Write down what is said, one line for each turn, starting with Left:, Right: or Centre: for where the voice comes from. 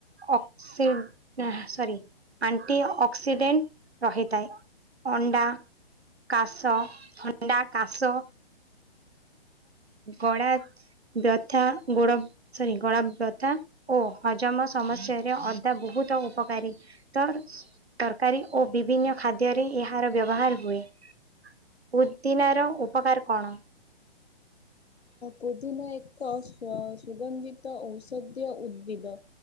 Right: ଅକ୍ସି ସରି ଆଣ୍ଟି ଅକ୍ସିଡେଣ୍ଟ ରହିଥାଏ। ଅଣ୍ଡା, କାଶ ଥଣ୍ଡା କାଶ ଗଳା ବ୍ୟଥା ଗୋଡ ସରି ଗଳା ବ୍ୟଥା ଓ ହଜମ ସମସ୍ୟାରେ ଅଦା ବହୁତ ଉପକାରୀ। ତ ତରକାରୀ ଓ ବିଭିନ୍ନ ଖାଦ୍ୟରେ ଏହାର ବ୍ୟବହାର ହୁଏ। ପୁଦିିନା ର ଉପକାର କଣ?
Left: ପୋଦିନା ଏକ ସ୍ଵ ସୁଗନ୍ଧିତ ଔଷଧୀୟ ଉଦ୍ଭିଦ।